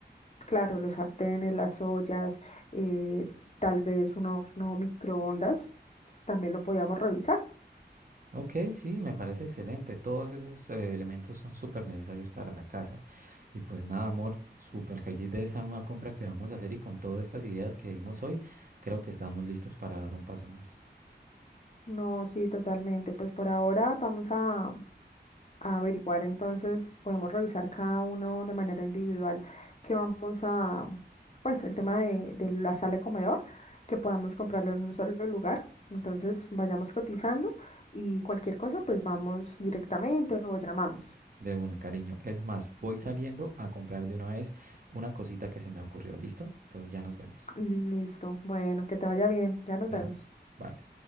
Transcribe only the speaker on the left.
Claro, los sartenes, las ollas, eh, tal vez unos no microondas, pues, también lo podíamos revisar.
No, sí, totalmente. Pues por ahora vamos a, a averiguar, entonces podemos revisar cada uno de manera individual que vamos a, pues el tema de, de la sala de comedor, que podamos comprarlo en un solo lugar. Entonces vayamos cotizando y cualquier cosa, pues vamos directamente o llamamos.
Listo. Bueno, que te vaya bien. Ya nos
vemos.